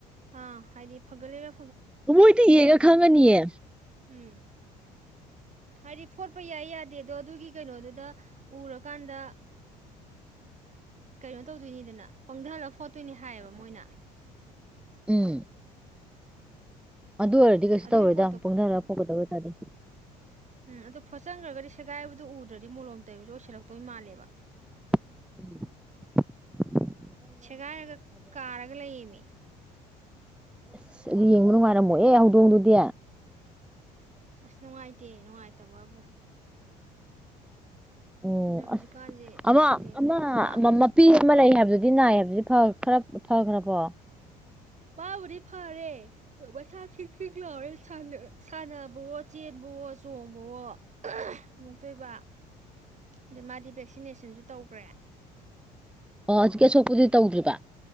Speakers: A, on the right; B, in the centre.
A: ꯑꯥ ꯍꯥꯏꯗꯤ ꯐꯒꯠꯂꯔ
B: ꯃꯣꯏꯗꯤ ꯌꯦꯒ ꯈꯪꯉꯅꯤꯌꯦ
A: ꯎꯝ ꯍꯥꯏꯗꯤ ꯐꯣꯠꯄ ꯌꯥꯏ ꯌꯥꯗꯦ ꯑꯗꯣ ꯑꯗꯨꯒꯤ ꯀꯩꯅꯣꯗꯨꯗ ꯎꯔꯀꯥꯟꯗ ꯀꯩꯅꯣ ꯇꯧꯗꯣꯏꯅꯤꯗꯅ ꯄꯪꯗꯥꯍꯜꯂꯒ ꯐꯣ ꯆꯠꯇꯣꯏꯅꯦ ꯍꯥꯏꯌꯦꯕ ꯃꯣꯏꯅ
B: ꯎꯝ ꯑꯗꯨ ꯑꯣꯏꯔꯗꯤ ꯀꯩꯁꯨ
A: ꯑꯗꯨꯏ
B: ꯇꯧꯔꯣꯏꯗ
A: ꯄꯣꯠꯇꯣ
B: ꯄꯨꯡꯊꯔꯒ ꯐꯥꯎꯒꯗꯕ ꯑꯣꯏꯇꯥꯔꯗꯤ
A: ꯎꯝ ꯑꯗꯣ ꯐꯣꯠꯆꯟꯈ꯭ꯔꯒꯗꯤ ꯁꯦꯒꯥꯏꯕꯗꯨ ꯎꯗ꯭ꯔꯗꯤ ꯃꯣꯂꯣꯝ ꯇꯩꯕꯁꯨ ꯑꯣꯏꯁꯜꯂꯛꯇꯣꯏ ꯃꯥꯜꯂꯦꯕ
B: ꯎꯝ
A: ꯁꯦꯒꯥꯏꯔꯒ ꯀꯥꯔꯒ ꯂꯩꯃꯤ
B: ꯑꯁ ꯑꯗꯨ ꯌꯦꯡꯕ ꯅꯨꯡꯉꯥꯏꯔꯝꯃꯣꯍ‌ꯦ ꯍꯧꯗꯣꯡꯗꯨꯗꯤ
A: ꯑꯁ ꯅꯨꯡꯉꯥꯏꯇꯦ ꯅꯨꯡꯉꯥꯏꯇꯕꯕꯨ
B: <inaudible> ꯑꯣ
A: ꯑꯗꯣ ꯍꯧꯖꯤꯛꯀꯥꯟꯁꯦ
B: ꯑꯁ
A: ꯈꯪꯗꯦꯅꯦ
B: ꯑꯃꯥ
A: ꯁꯥ
B: ꯑꯃꯥ ꯃꯄꯤ ꯑꯃ ꯂꯩ ꯍꯥꯏꯕꯗꯨꯗꯤ ꯅꯥꯏ ꯍꯥꯏꯕꯗꯤ ꯐꯥ ꯐꯥꯈꯔ ꯐꯈ꯭ꯔꯕꯣ
A: ꯃꯥꯕꯨꯗꯤ ꯐꯔꯦ ꯃꯁꯥ ꯈꯤꯡ ꯈꯤꯡ ꯂꯥꯎꯔꯦ ꯁꯥꯟꯅꯕꯋꯣ ꯆꯦꯟꯕꯋꯣ ꯆꯣꯡꯕꯋꯣ ꯑꯃꯨꯛꯇꯣꯏꯕ ꯑꯗꯩ ꯃꯥꯗꯤ ꯚꯦꯛꯁꯤꯅꯦꯁꯟꯁꯨ ꯇꯧꯈ꯭ꯔꯦ
B: ꯑꯣ ꯍꯧꯖꯤꯛꯀꯤ ꯑꯁꯨꯣꯛꯄꯨꯗꯤ ꯇꯧꯗ꯭ꯔꯤꯕ